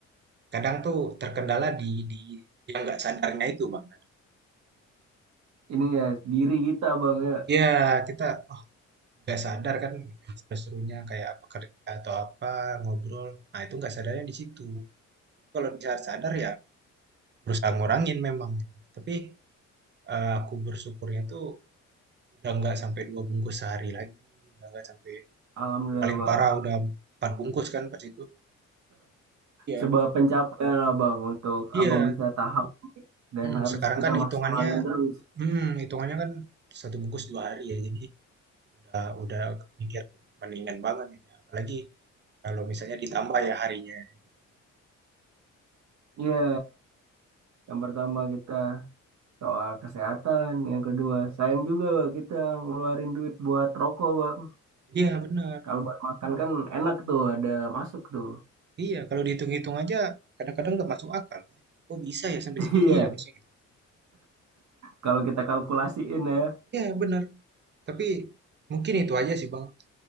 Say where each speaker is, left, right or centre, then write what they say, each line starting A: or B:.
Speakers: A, on the right; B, on the right.
A: kadang tuh terkendala di di yang nggak sadarnya itu Bang.
B: Ini ya diri kita, Bang ya.
A: Iya, kita oh, nggak sadar kan lagi seru-serunya kayak apa kerja atau apa ngobrol. Nah, itu nggak sadarnya di situ. Kalau sadar sadar ya berusaha ngurangin memang. Tapi eh, aku bersyukurnya tuh udah nggak sampai dua bungkus sehari lagi, udah nggak sampai
B: Alhamdulillah,
A: paling
B: Bang.
A: parah udah empat bungkus kan pas itu. Iya.
B: Sebuah pencapaian lah, Bang, untuk
A: Iya.
B: Abang bisa tahap dan
A: Hmm,
B: harus
A: sekarang
B: kita
A: kan hitungannya,
B: maksimalin terus.
A: hmm, hitungannya kan satu bungkus dua hari ya. Jadi Udah udah mikir, tuh mendingan banget ini. Apalagi kalau misalnya ditambah ya harinya. gitu.
B: Iya, yang pertama kita soal kesehatan, yang kedua sayang juga, Bang, kita ngeluarin duit buat rokok, Bang.
A: Iya benar.
B: Kalau buat makan kan enak tuh, ada masuk tuh.
A: Iya kalau dihitung-hitung aja kadang-kadang nggak masuk akal. Oh bisa ya sampai
B: <laughs>
A: segini
B: Iya,
A: ya harusnya gitu.
B: kalau kita kalkulasiin ya.
A: Iya benar. Tapi mungkin itu aja sih Bang.